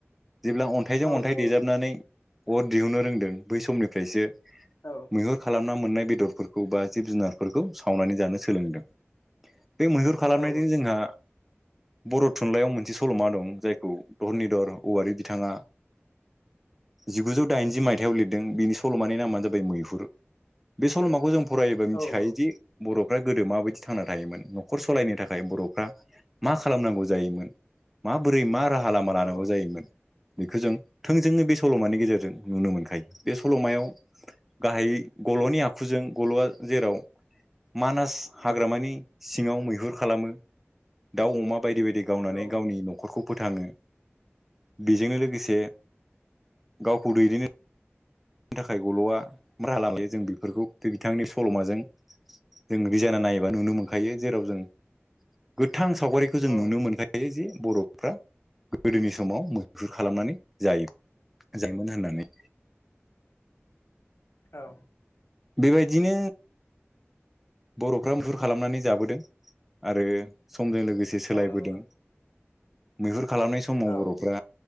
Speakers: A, in the centre; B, on the left (about 70°).
A: जेब्ला अन्थाइजों
B: औ
A: अन्थाइ
B: नंगौ
A: देेजाबनानै
B: नंगौ
A: अर दिहुननो रोंदों बै समनिफ्रायसो
B: औ
A: मैहुर खालाम। संना मोननाय बेदरफोरखौ बा जिब जुनारफोरखौ सावनानै जानो सोलोंदों बे मैहुर खालामनायजों
B: औ
A: जोंहा बर' थुनलाइयाव मोनसे सल'मा दं जायखौ धरनिधर औवारि बिथाङा! जिगुजौ दाइनजि मायथाइयाव लिरदों बिनि सल'मानि नामानो जाबाय मैहुर बे सल'माखौ जोंङो फरायोबा मिथिखायोदि
B: औ औ
A: बर' फ्राय गोदो माबायदि थांना थायोमोन न'खर सालायनो थाखाय बर'फ्रा मा खालामनांगौ जायोमोन माबोरै मा राहा लामा लानांगौ
B: औ
A: जायोमोन? बेखौ जों थोंजोंनो बे सल'मानि गेजेरजों नुनो मोनखायो बे सल'मायाव गाहायै गल'नि आखुजों गल'आ जेराव
B: <inaudible>
A: मानास हाग्रामानि सिङाव मैहुर खालामो दाउ अमा बायदि बायदि गावनानै
B: औ
A: गावनि न'खरखौ फोथाङो बेजोंनो लोगोसे गावखौ दैदेननो नि थाखाय गल'आ बारा लां लायो जों बेफोरखौ बिथांनि सल'माजों जों रिजायना नायोबा नुनो मोनखायो जेराव जों गोथां सावगारिखौ जों
B: औ
A: नुनो मोनखायो जे बर'फ्रा गोदोनि समाव मोजां मैहुर खालामनानै जायो जायोमोन होननानै
B: औ।
A: बेबायदिनो बर'फ्रा मुहुर खालामनानै जाबोदों आरो। समजों लोगोसे सोलायबोदों
B: औ नंगौ
A: मैहुर खालामनाय समाव
B: नंगौ
A: बर'फ्रा